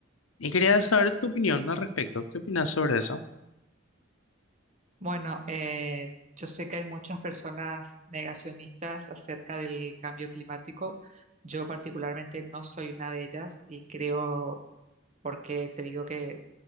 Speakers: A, on the left; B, on the right.
A: Y quería saber tu opinión al respecto. ¿Qué opinas sobre eso?
B: Bueno, eh, yo sé que hay muchas personas negacionistas acerca del cambio climático. Yo particularmente no soy una de ellas y creo, porque te digo que,